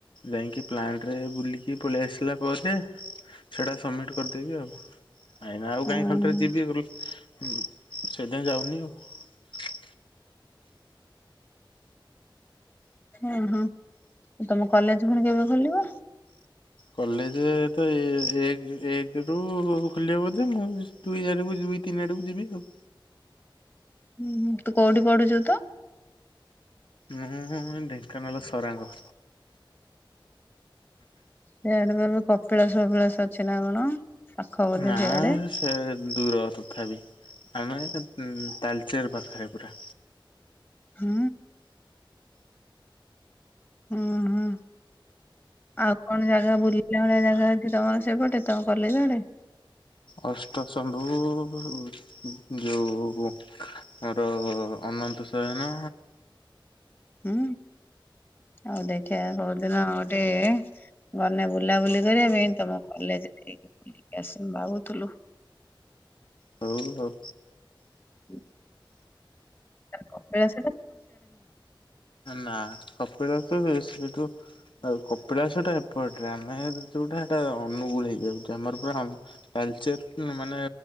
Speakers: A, on the left; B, on the left.
A: ଯାଇକି ପ୍ଲାଣ୍ଟରେ ବୁଲିକି ପଳେଇ ଆସିଲା ପରେ। ସେଇଟା ସବମିଟ୍ କରିଦେଇବି ଆଉ। କାଇଁ ନା ଆଉ
B: ହଁ
A: କାହିଁ ଖାଲିଟାରେ ଯିବି ଘରକୁ, ସେଇଥିପାଇଁ ଯାଉନି ଆଉ।
B: ହୁଁ ହୁଁ ତମ କଲେଜ ପୁଣି କେବେ ଖୋଲିବ।
A: କଲେଜ ତ ଏକ ଏକ ରୁ ଖୋଲିବ ବୋଧେ, ମୁଁ ଦୁଇ ଆଡୁକୁ ଯିବି। ତିନି ଆଡକୁ ଯିବି ଆଉ।
B: ହୁଁ ହୁଁ ତୁ କୋଉଠି ପଢୁଛୁ ତ?
A: ମୁଁ ଢେଙ୍କାନାଳ ସରାଙ୍ଗ।
B: ସେଆଡେ ପା କପିଳାସଫାପିଳାସ ଅଛି ନା କଣ? ପାଖ ବୋଧେ
A: ନା
B: ସେଆଡେ
A: ସେ ଦୂର ତଥାପି। ଆମେ ଏ ତାଲ୍ ଚେର ପାଖେରେ ପୁରା।
B: ହୁଁ। ହୁଁ ହୁଁ। ଆଉ କଣ ଜାଗା ବୁଲିବା ଭଳିଆ ଜାଗା ଅଛି ତମର ସେପଟେ ତମ କଲେଜ ଆଡେ।
A: ଅଷ୍ଟ ଶମ୍ଭୁ ଯଉ ଆମର ଅନନ୍ତ ସୟନ।
B: ହୁଁ ହଉ ଦେଖିଆ କୋଉ ଦିନ ଗୋଟେ ଗନେ ବୁଲାବୁଲି କରିବା ପାଇଁ ତମ କଲେଜ ବୁଲିକ ଆସି ଭାବୁଥିଲୁ।
A: ହଉ ଆଉ।
B: ହୁଁ। କପିଳାସ।
A: ନା କପିଳାସ ତ। କିନ୍ତୁ କପିଳାସଟା ଏପଟରେ ଆମେ ଯୋଉଟା ସେଟା ଅନୁଗୁଳ ହେଇଯାଉଛି ତ। ସେ ଆମର ପୁରା ତାଳଚେର୍ ମାନେ